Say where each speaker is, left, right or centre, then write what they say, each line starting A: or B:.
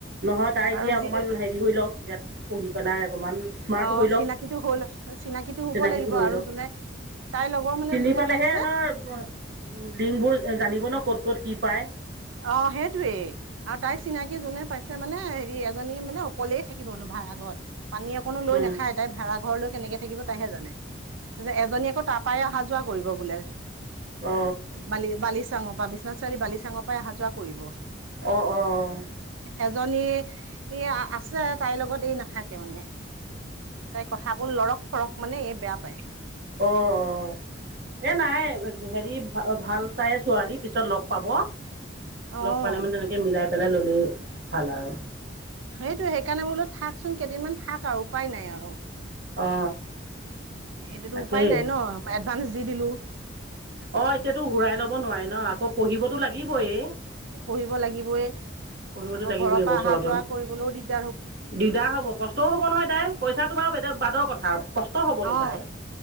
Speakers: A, on the right; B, on the right.
A: নহয় তাই এতিয়া
B: আৰু যি
A: অকমান হেৰি হৈ লওক ইয়াত। পঢ়ি পেলাই অকণমান স্মাৰ্ট
B: অ
A: হৈ লওক
B: চিনাকিটো হ'ল চিনাকিটো হ'ব
A: চিনাকিটো
B: লাগিব
A: হৈ
B: আৰু
A: লওক।
B: যোনে তাইৰ লগৰ মানে
A: চিনি
B: যোনে
A: পালেহে
B: পাইছে
A: ধৰ লিংবোৰ জানিব ন ক'ত ক'ত কি পায়?
B: অ সেইটোৱেই। আৰু তাইৰ চিনাকি যোনে পাইছে মানে হেৰি এজনী মানে অকলেই থাকিব অনুভব। য় আগত পানী অকনো লৈ
A: অঁ
B: নাখায় তাই ভাড়া ঘৰ লৈ কেনেকে থাকিব তাইহে জানে এজনী আকৌ তাৰ পৰাই অহা যোৱা। কৰিব বোলে।
A: অঁ অঁ
B: বালি- বালিচাঙৰ বা বিশ্বনাথ চাৰিআলি বালিচাঙ পাই আহা-যোৱা কৰিব।
A: অহ অহ।
B: এজনী ই আছে তাইৰ লগত এই নাথাকে মানে। তাই কথাবোৰ লৰক-ফৰক মানে এ বেয়া পায়।
A: অহ অহ এ নাই হেৰি। ভাল চাই ছোৱালী পিছত লগ পাব
B: অ
A: লগ পালে মানে তেনেকে মিলাই। পেলাই ল'লে, ভাল আৰু।
B: সেইটো সেইকাৰণে বোলো থাকচোন কেইদিনমান থাক আৰু উপায় নাই আৰু।
A: অ
B: এইটোতো
A: তাকেই
B: উপায় নাই ন মই এডভান্স দি দিলো।
A: অ এতিয়াতো ঘূৰাই ল'ব নোৱাৰে ন আকৌ পঢ়িবতো লাগিবয়ে।
B: পঢ়িব লাগিবয়ে।
A: পঢ়িবতো
B: আকৌ
A: লাগিবই
B: ঘৰৰ
A: এই
B: পৰা
A: বছৰতো
B: অহা-যোৱা কৰিবলৈও দিগদা
A: দিগদাৰ হ'ব কষ্টও হ'ব নহয় তাই পইচাটো বাও বাদৰ কথা। কষ্ট হবতো
B: অ
A: তাই।